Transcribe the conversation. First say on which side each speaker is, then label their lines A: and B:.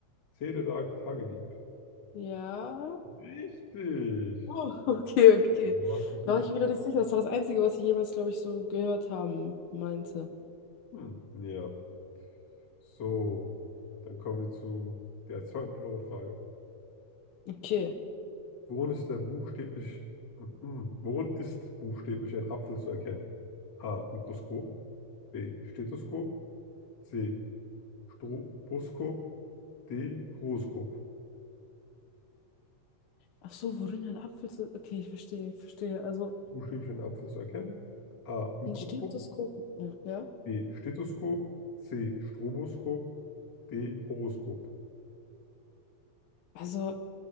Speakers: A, on the left; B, on the left.
A: C. Der Tag Tagedieb.
B: Ja.
A: Richtig.
B: Oh, <laughs> okay, okay.
A: Ja, Was ist
B: Da
A: denn
B: war
A: das?
B: ich wieder nicht sicher. Das war das Einzige, was ich jemals, glaube ich, so gehört haben meinte.
A: Hm, ja. So, dann kommen wir zu der zweihundert euro frage
B: Okay.
A: Worin ist der buchstäblich, mhm. worin ist buchstäblich ein Apfel zu erkennen? A. Mikroskop. B. Stethoskop. C. Stroboskop. D. Horoskop.
B: Ach so, worin ein Apfel zu. Okay, ich verstehe, ich verstehe. Also
A: Buchstäblich ein Apfel zu erkennen? A. Mikroskop.
B: ein Stethoskop. Ja, ja.
A: B. Stethoskop. C. Stroboskop. D. Horoskop.
B: Also,